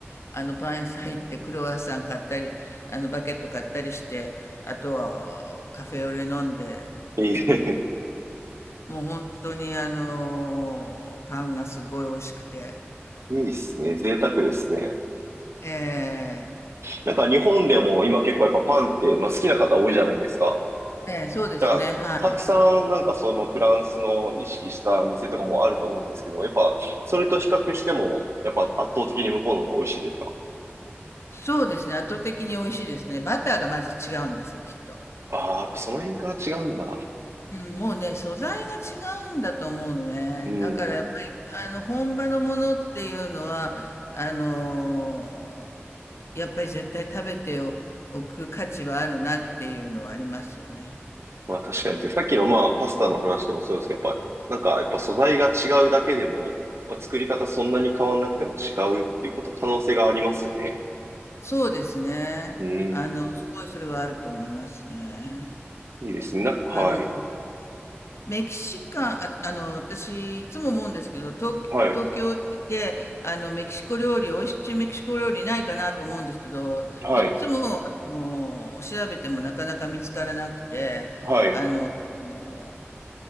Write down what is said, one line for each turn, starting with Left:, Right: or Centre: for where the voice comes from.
Left: あの、パン屋さん行ってクロワッサン買ったり、あの、バケット買ったりして、あとはカフェオレ飲んで、
Right: いい、<laughs>
Left: もう本当にあの、パンがすごい美味しくて。
Right: いいっすね。贅沢ですね。
Left: ええ
Right: なんか日本でも今結構やっぱパンって、まあ、好きな方多いじゃないですか。
Left: ええそうですね。
Right: だから、
Left: はい。
Right: たくさんなんかそのフランスの意識した店とかもあると思うんですけど、やっぱそれと比較しても、やっぱ圧倒的に向こうの方が美味しいですか
Left: そうですね。圧倒的に美味しいですね。バターがまず違うんですよ、きっと。
Right: ああー、やっぱその辺から違うんだ。
Left: うん、もうね、素材が違うんだと思うのね。
Right: うん。
Left: だからやっぱり、あの、本場のものっていうのは、あのーやっぱり絶対食べておおく価値はあるなっていうのはありますよね。
Right: まあ確かにですね。さっきのまあパスタの話でもそうですけど、やっぱなんかやっぱ素材が違うだけでも、まあ、作り方そんなに変わんなくても違うっていうこと可能性がありますよね。
Left: そうですね。
Right: うん。
Left: あの、すごいそれはあると思いますね。
Right: いいですね。な、はい。
Left: あの、メキシカン、あ、あの、私、いつも思うんですけど、東、
Right: はい。
Left: 東京にいて、あの、メキシコ料理、美味しいメキシコ料理ないかなと思うんですけど、
Right: はい。
Left: いつも、あの、調べてもなかなか見つからなくて、
Right: はい。
Left: あの、も